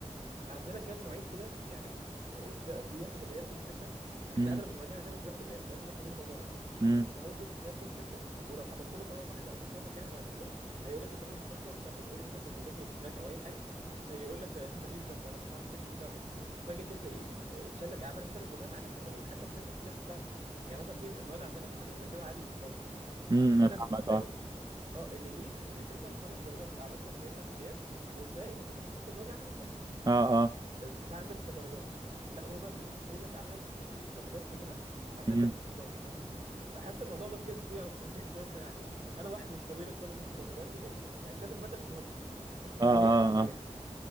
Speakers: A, on the right (about 75°); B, on the right (about 35°).
A: عندنا كام معيد كده يعني ب- بياخدوا غياب كل سيكشن احنا
B: امم
A: اغلب المعيدين عندنا مش بياخدوا غياب لان هم فاهمين الموضوع ده
B: امم
A: فهو بياخد غياب كل سيكشن ولو حضرت له مره واحده او شافك يعني بعد كده هيقول لك انت ليه مش بتحضر ومش عارف إيه. تقول له مثلا كنت بذاكر بالاتفاق او اي حاجه هيقول لك <laughs> "آه، ماليش ذنب انا مش عندي سيكشن مش عارف ايه فجاه كده تلاقيه آه، شال لك اعمال السنه كلها مع انك لو حتى مذاكر السكاشن بتاعته يعني مثلا في مواد عندنا احنا بنذاكرها عادي من بره
B: امم
A: فانا
B: فاهمك
A: بالنسبه
B: اه
A: لي اه اللي ليك ان انت مثلا خمس درجات اعمال سنه اللي هي بتاعت الغياب والباقي المفروض 15 درجه عملوا شافها
B: اه اه
A: ده عندنا كدرجات لا هو بقى بيقوم شايلك عملت الدرجات كلها عشان
B: امم
A: انت مش بتحضر له فاهمني فحاسس الموضوع ده بجد فيه عنصريه <laughs> شويه يعني انا واحد مش فاضي لك طب ان انا احضر دلوقتي لان يعني شايف الماده مش مهمه مش مهمه
B: اه اه
A: ليا انا كمجال
B: اه